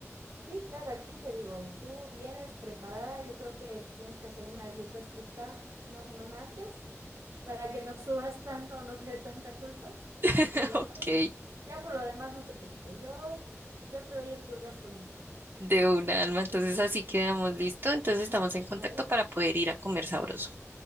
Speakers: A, on the right (about 75°); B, on the right (about 45°).
A: Sí, claro, aquí te digo, y tú vienes preparada, yo creo que tienes que hacer una dieta estricta una semana antes para que no subas tanto, no te dé tanta culpa.
B: <laughs>
A: Y ya,
B: Ok,
A: ya, ya por lo demás no te preocupes, yo, yo te doy el tour gastronómico,
B: de una, Alma, entonces así quedamos listo, entonces estamos en contacto
A: ¿vale?
B: para poder ir a comer sabroso.